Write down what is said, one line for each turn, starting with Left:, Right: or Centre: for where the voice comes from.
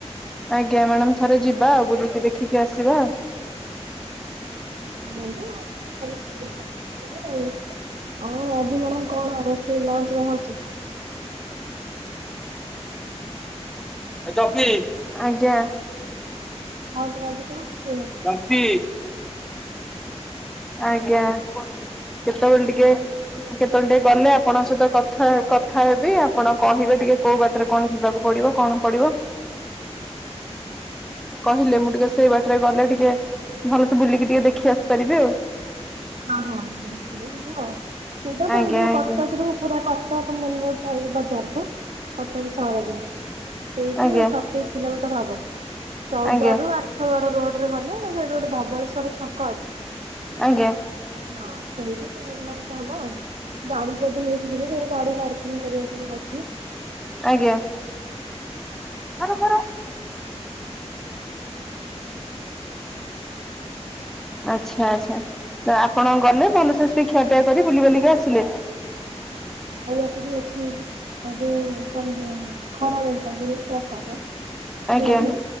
Centre: ଆଜ୍ଞା ମ୍ୟାଡାମ ଥରେ ଯିବା ବୁଲିକି ଦେଖିକି ଆସିବା।
Right: ଚାଲନ୍ତୁ <unintelligible> ବୁଲିକି ଆସିବା ଟିକେ ଆଉ। ଆଉ ଆଜି ମ୍ୟାଡାମ କଣ ରୋଷେଇ ଲଞ୍ଚ ରେ ହଉଛି?
Centre: ଏଚମ୍ପି ଆଜ୍ଞା।
Right: ଆଉ ଘରୁ କଣ ରୋଷେଇ କରିଥିଲେ?
Centre: ଚମ୍ପି ଆଜ୍ଞା। କେତୋ ବେଳେ ଟିକେ କେତେବେଳେ ଟିକେ ଗଲେ ଆପଣଙ୍କ ସହିତ କଥା କଥା ହେବି ଆପଣ କହିବେ ଟିକେ କୋଉ ବାଟ। ରେ କଣ ଯିବାକୁ ପଡିବ କଣ ପଡିବ। କହିଲେ ମୁଁ ଟିକେ ସେଇ ବାଟରେ ଗଲେ ଟିକେ ଭଲସେ ବୁଲିକି ଟିକେ ଦେଖି ଆସି ପାରିବି ଆଉ।
Right: ହଁ ହଁ ଆପଣ ଆସି ବେ ଯିବୁ ଆଉ। ସିଧା ତମ
Centre: ଆଜ୍ଞା
Right: ଯୋଉ
Centre: ଆଜ୍ଞା
Right: କଟକ ରୁ ପୁରା କଟକ ମେନେ ରୋଡ ପଡିଚି ବଜାର କୁ। କଟକ ସହର ରୁ ସେଇଠୁ
Centre: ଆଜ୍ଞା
Right: ସତେଇଶ କିଲୋମିଟର ହବ ଚଉଦ୍ୱ
Centre: ଆଜ୍ଞା
Right: ରୁ ଆଠ୍ ଆଠଗଡ଼ ରୋଡରେ ରେ ଗଲେ ସେଇଠୁ ଗୋଟେ ଧବଳେଶ୍ଵର ଛକ ଅଛି।
Centre: ଆଜ୍ଞା।
Right: ହଁ ସେଇଠୁ ସେଉଠୁ ତିନି କିଲୋ ମି ହବ ଗାଡି ଯଦି ନେଇକି ଯିବୁ ସେଇଠି ଗାଡି ପାର୍କିଂ ଙ୍ଗି କରିବାକୁ ଵି ଅଛି।
Centre: ଆଜ୍ଞା। ହରେ ମୋର।
Right: ହୁଁ
Centre: ଆଚ୍ଛା ଆଛା ତ ଆପଣ ଗଲେ ତାପରେ ସେ ଟିକେ ଖିଆପିଆ କରି ବୁଲିବାଲିକି ଆସିଲେ।
Right: ହଁ ଖାଇବାକୁ ବି ଅଛି ତାର ଯୋଉ ଖରା ବେଳଟା ଯୋଉ। ପ୍ରସାଦ
Centre: ଆଜ୍ଞା
Right: ଦଆ ହୁଏ।